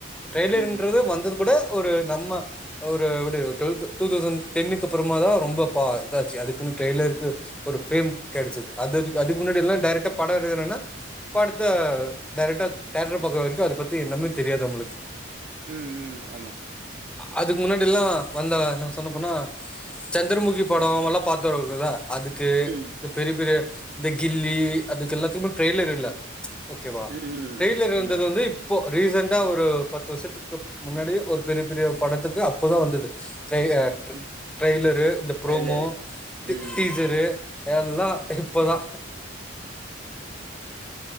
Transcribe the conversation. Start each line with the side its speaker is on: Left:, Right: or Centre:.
Centre: ட்ரெய்லர்ன்றது
Right: ம், ம்,
Centre: வந்தது கூட ஒரு நம்ம ஒரு எப்டி டு்வல்த் டூ தௌசண்ட் டென்னுக் அப்புறமா தா ரொம்ப பா இதாச்சி அதுக்குன்னு ட்ரெய்லர்க்கு ஒரு ஃப்ரேம் கெடச்சது அதுவரிக்கி அதுக் முன்னாடி எல்லா டைரக்டா பட எருக்குரன்னா படுத்தா டைரக்ட்டா தேட்டர் பக்க வர்க்கு அத பத்தி என்னமே தெரியாது நம்ளுக்
Right: ம்ம் ஆமா
Centre: அதுக் முன்னாடி எல்லா வந்த நம் சொன்ன போனா சந்திரமுகி அவ்ங்கல்லா பாத்துரவுக்குள்ள அதுக்கு
Right: ம்.
Centre: து பெரி பெரிய இந்த கில்லி அதுக்கல்லா தும்மு ட்ரெய்லர் இல்லா ஓகே வா
Right: ம் ம்
Centre: ட்ரெய்லர்
Right: ஆமா
Centre: ருந்தது வந்தி ப்போ ரீசண்டா ஒரு பத்து வர்ஸத்துக்கப் முன்னாடி ஒர் பெரிய பெரிய படத்துக்கு அப்பு தா வந்தது ட்ரய்யாட்ரு
Right: ம்
Centre: ட்ரய்லரு இல
Right: ட்ரைலரு
Centre: ப்ரோமோ
Right: ம்
Centre: ஜ்ஜரு எல்லா இப்ப தா